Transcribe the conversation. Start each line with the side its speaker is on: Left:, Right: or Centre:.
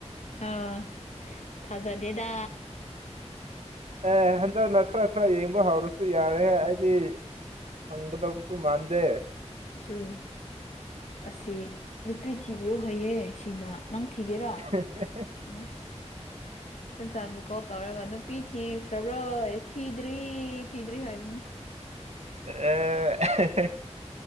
Left: ꯍꯑ ꯊꯖꯥꯗꯦꯗ
Right: ꯑꯦ ꯍꯟꯗꯛꯅ ꯈꯔ ꯈꯔ ꯌꯦꯡꯕ ꯍꯧꯔꯁꯨ ꯌꯥꯔꯦ ꯑꯩꯗꯤ ꯑꯪꯇ ꯁꯨ ꯃꯥꯗꯦ
Left: ꯆꯨ ꯑꯁꯤ ꯅꯨꯄꯤ ꯊꯤꯕꯤꯌꯣ ꯍꯥꯏꯌꯦꯦꯁꯤꯅ ꯅꯪ ꯊꯤꯒꯦꯔꯥ꯫
Right: ꯍ <unintelligible>
Left: ꯑꯁ ꯆ ꯆꯃꯨꯀꯣ ꯇꯧꯔꯒ ꯅꯨꯄꯤ ꯊꯤꯈ꯭ꯔꯕ꯭ꯔꯥꯣ ꯑꯦ ꯊꯤꯗ꯭ꯔꯤ ꯊꯤꯗ꯭ꯔꯤ ꯍꯥꯏꯕꯅꯤ꯫
Right: ꯑꯦ <unintelligible>